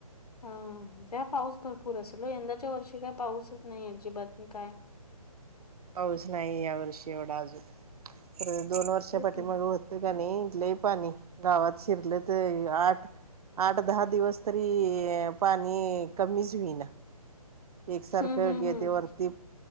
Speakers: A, on the left; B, on the right.
A: ह ज्या पाऊस भरपूर असेल हो यंदाच्या वर्षी काय पाऊसच नाही अजिबातनी काय
B: पाऊस नाही या वर्षी एवढा अजून तर दोन वर्षा
A: तेच
B: पाठीमाग
A: ना.
B: होत तर का नही लई पाणी गावात शिरलं तय आठ आठ दहा दिवस तरी, पाणी कमीच होईना केक सारखे
A: हं, हं,
B: गेट
A: हं.
B: वरती